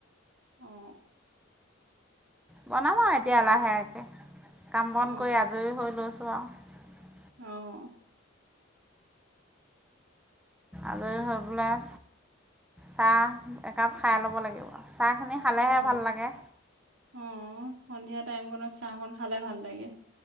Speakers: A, on the right (about 80°); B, in the centre.
A: অ
B: বনাম আৰু এতিয়া লাহেকে কাম বন
A: অ
B: কৰি আজৰি হৈ লৈছোঁ আৰু
A: অ
B: আজৰি হৈ পেলাই চাহ একাপ খাই ল'ব লাগিব চাহখিনি খালেহে
A: অ
B: ভাল লাগে
A: অ সন্ধিয়া টাইম কনত চাহ অকন খালে ভাল লাগে